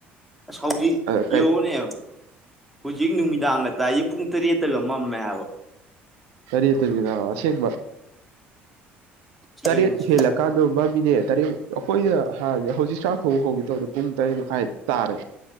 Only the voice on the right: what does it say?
ꯑ
ꯀꯩ
ꯇꯔꯤꯑ ꯇꯔꯤ ꯑꯁꯦꯦꯛ
ꯇꯔꯦ ꯍꯦꯂꯀꯥꯟꯗꯣ ꯃꯃꯤ ꯏꯅꯦ ꯇꯔꯦꯠ ꯑꯩꯈꯣꯏꯗ ꯍꯥꯟꯗꯤ ꯍꯧꯖꯤꯛ ꯆꯥꯛ ꯊꯕ ꯍꯧꯈꯤꯦ ꯇꯧꯕꯗ ꯄꯨꯡ ꯇꯔꯦꯠ ꯃꯈꯥꯏ ꯇꯥꯔꯦ